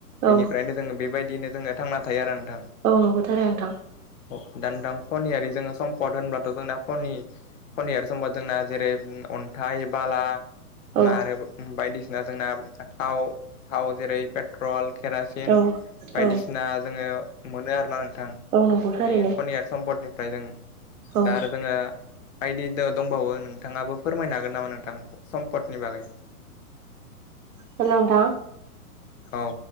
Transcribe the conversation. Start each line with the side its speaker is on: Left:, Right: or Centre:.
Right: औ
Left: बेनिफ्रायनो जोङो बेबायदिनो जोङो थांना थायो आरो नोंथां।
Right: औ नंगौथ' आरो नोंथां।
Left: अ दा नोंथां खनि जोङो सम्पद होनब्लाथ' जोंना खनि खनिआरि सम्पद जोंना जेरै उम अन्थाइ बाला।
Right: औ
Left: ना आरो बायदिसिना जोंना थाव थाव जेरै पेट्रल केरासिन
Right: औ
Left: बायदिसिना
Right: औ
Left: जोङो मोनो आरोना नोंथां। कनि
Right: औ नंगौ थारैनो
Left: कनियारि सम्पदनिफ्राय जों
Right: औ
Left: दा आरो जोङो बायदि दंबावो नोंथाङाबो फोरमायनो हागोन नामा नोंथां सम्पदनि बागै।
Right: हेल' नोंथां।
Left: औ।